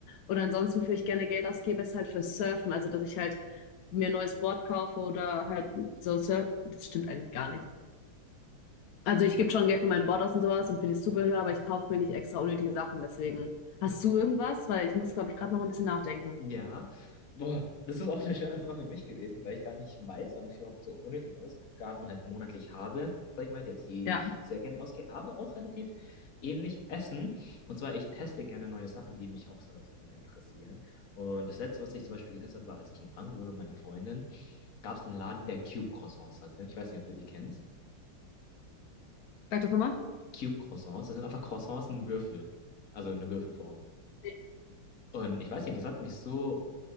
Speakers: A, on the left (about 75°); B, on the left (about 45°).
A: Und ansonsten, wofür ich gerne Geld ausgebe, ist halt für Surfen. Also, dass ich halt mir ein neues Board kaufe oder halt so Surf. Das stimmt eigentlich gar nicht. Also, ich gebe schon Geld für mein Board aus und sowas und für das Zubehör, aber ich kaufe mir nicht extra unnötige Sachen. Deswegen, hast du irgendwas? Weil ich muss, glaube ich, gerade noch ein bisschen nachdenken.
B: Ja, boah, das ist auch eine schwere Frage für mich gewesen, weil ich gar nicht weiß, ob ich überhaupt so unnötige Ausgaben halt monatlich habe, sag ich mal, jetzt die
A: Ja,
B: ich sehr gerne ausgehe, aber auch relativ ähnlich essen. Und zwar, ich teste gerne neue Sachen, die mich auch so, ich sag mal, interessieren. Und das Letzte, was ich zum Beispiel getestet habe, war, als ich in Frankfurt war bei meiner Freundin, gab es einen Laden, der Cube Croissants hatte. Ich weiß nicht, ob du die kennst.
A: sag das nochmal.
B: Cube Croissants, das sind einfach Croissants in Würfel, also eine Würfelform.
A: Nee.
B: Und ich weiß nicht, das hat mich so